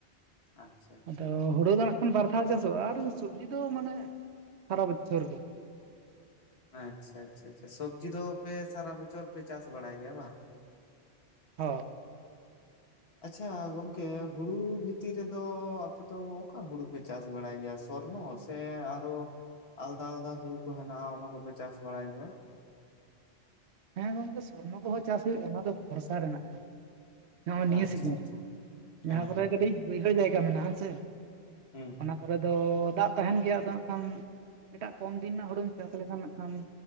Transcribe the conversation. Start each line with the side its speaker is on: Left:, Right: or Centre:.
Left: ᱟᱪᱪᱷᱟ ᱟᱪᱪᱷᱟ
Right: ᱟᱫᱚ
Left: ᱟᱪᱪᱷᱟ
Right: ᱦᱩᱲᱳ ᱫᱚ ᱱᱟᱜ ᱠᱷᱟᱱ ᱵᱟᱨ ᱫᱷᱟᱣ ᱪᱟᱥᱚᱜᱼᱟ ᱟᱨ ᱥᱚᱵᱽᱡᱤ ᱫᱚ ᱢᱟᱱᱮ ᱥᱟᱨᱟ ᱵᱚᱪᱷᱚᱨ ᱜᱮ᱾
Left: ᱟᱪᱪᱷᱟ ᱟᱪᱪᱷᱟ ᱟᱪᱪᱷᱟ ᱟᱪᱪᱷᱟ ᱥᱚᱵᱽᱡᱤ ᱫᱚ ᱯᱮ ᱥᱟᱨᱟ ᱵᱚᱪᱷᱚᱨ ᱯᱮ ᱪᱟᱥ ᱵᱟᱲᱟᱭ ᱜᱮᱭᱟ ᱵᱟᱝ᱾
Right: ᱚᱻ
Left: ᱟᱪᱪᱷᱟ ᱜᱚᱝᱠᱮ ᱦᱩᱲᱩ ᱵᱷᱤᱛᱤᱨ ᱨᱮᱫᱚ ᱟᱯᱮ ᱫᱚ ᱚᱠᱟ ᱦᱩᱲᱩ ᱯᱮ ᱪᱟᱥ ᱵᱟᱲᱟᱭ ᱜᱮᱭᱟ ᱥᱚᱨᱱᱚ? ᱥᱮ ᱟᱨᱚ ᱟᱞᱫᱟ ᱟᱞᱫᱟ ᱦᱩᱲᱩ ᱠᱚ ᱦᱮᱸᱱᱟᱜᱼᱟ ᱚᱱᱟ ᱠᱚᱯᱮ ᱪᱟᱥ ᱵᱟᱲᱟᱭ ᱜᱮᱭᱟ᱾
Right: ᱦᱮᱸ ᱜᱚᱝᱠᱮ ᱥᱚᱨᱱᱚ ᱠᱚ ᱦᱚᱸ ᱪᱟᱥ ᱦᱩᱭᱩᱜᱼᱟ ᱚᱱᱟ ᱫᱚ ᱵᱚᱨᱥᱟ ᱨᱮᱱᱟᱜᱼᱼ ᱱᱚᱜᱼᱚᱭ
Left: ᱟᱪᱪᱷᱟ
Right: ᱱᱤᱭᱟᱹ ᱥᱤᱡᱤᱱ
Left: ᱟᱪᱪᱷᱟ
Right: ᱨᱮ
Left: ᱦᱮᱸ
Right: ᱡᱟᱦᱟᱸ ᱠᱚᱨᱮ
Left: ᱦᱮᱸ
Right: ᱠᱟᱹᱴᱤᱡ ᱵᱟᱹᱭᱦᱟᱹᱲ ᱡᱟᱭᱜᱟ ᱢᱮᱱᱟᱜᱼᱟ ᱦᱮᱸ ᱥᱮ᱾
Left: ᱦᱩᱸ
Right: ᱛᱟᱯᱚᱨᱮ ᱫᱚ ᱫᱟᱜ ᱛᱟᱦᱮᱸᱱ ᱜᱮᱭᱟ ᱟᱫᱚ ᱦᱟᱸᱜ ᱠᱷᱟᱱ ᱮᱴᱟᱜ ᱠᱚᱢ ᱫᱤᱱ ᱨᱮᱱᱟᱜ ᱦᱩᱲᱩᱢ ᱪᱟᱥ ᱞᱮᱠᱷᱟᱱ ᱱᱟᱜ ᱠᱷᱟᱱ